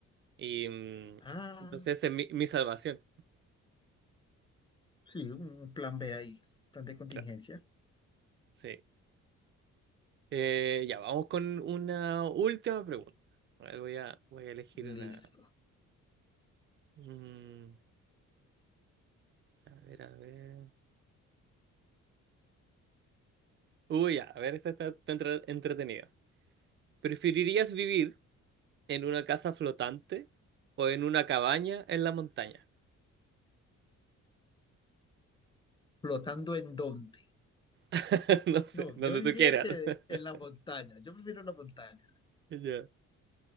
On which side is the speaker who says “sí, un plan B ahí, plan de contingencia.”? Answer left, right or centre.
Left